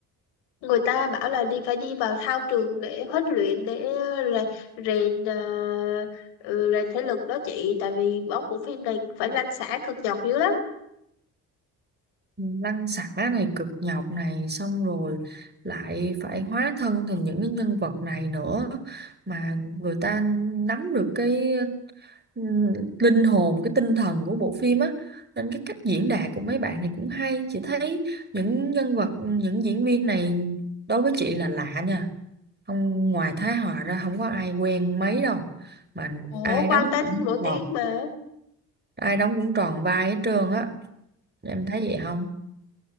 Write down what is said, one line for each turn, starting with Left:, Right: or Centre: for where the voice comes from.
Left: người ta bảo là đi phải đi vào thao trường để huấn luyện để rè- rèn ờ, ừ, rèn thể lực đó chị tại vì bóng bộ phim này phải lăn xả cực nhọc dữ lắm
Right: lăn xả này cực nhọc này xong rồi lại phải hóa thân thành những cái nhân vật này nữa mà người ta nắm được cái ừm, linh hồn cái tinh thần của bộ phim á nên cái cách diễn đạt của mấy bạn này cũng hay chị thấy những nhân vật những diễn viên này đối với chị là lạ nha không ngoài Thái Hòa ra không có ai quen mấy đâu mà
Left: ủa
Right: ai
Left: Quang
Right: đóng
Left: Tánh
Right: cũng
Left: cũng nổi tiếng
Right: tròn
Left: mà
Right: ai đóng cũng tròn vai hết trơn á em thấy vậy không